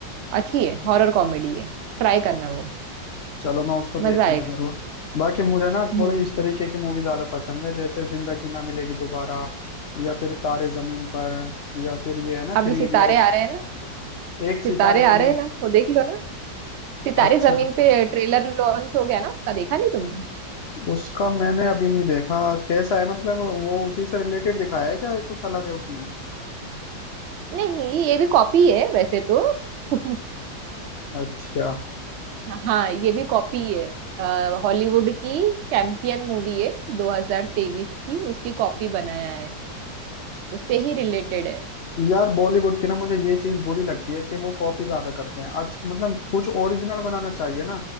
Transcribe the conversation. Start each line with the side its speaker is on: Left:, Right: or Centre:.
Right: अच्छी है हॉरर कॉमेडी है ट्राई करना वो
Left: चलो मैं उसको देखूंगा
Right: मजा आएगा
Left: जरूर बाकी मुझे ना
Right: हम्म
Left: थोड़ी इस तरीके की मूवी ज्यादा पसंद है जैसे जिंदगी ना मिलेगी दोबारा या फिर तारे जमीन पर या फिर ये है ना
Right: अभी
Left: थ्री
Right: सितारे
Left: इडियट्स
Right: आ रहे हैं ना
Left: एक सितारे
Right: सितारे आ
Left: मूवी
Right: रहे हैं ना वो देख लो ना सितारे
Left: अच्छा
Right: जमीन पे ट्रेलर लॉन्च हो गया ना उसका देखा नहीं तुमने
Left: उसका मैंने अभी नहीं देखा कैसा है मतलब वो उसी से रिलेटेड दिखाया है क्या या कुछ अलग है उसमें
Right: नहीं ये भी कॉपी है वैसे तो <laughs>
Left: अच्छा
Right: हाँ ये भी कॉपी है हॉलीवुड की चैंपियन मूवी है 2023 की उसकी कॉपी बनाया है उससे ही रिलेटेड है
Left: यार बॉलीवुड की ना मुझे ये चीज बुरी लगती है कि वो कॉपी ज्यादा करते हैं अच्छा मतलब कुछ ओरिजिनल बनाना चाहिए ना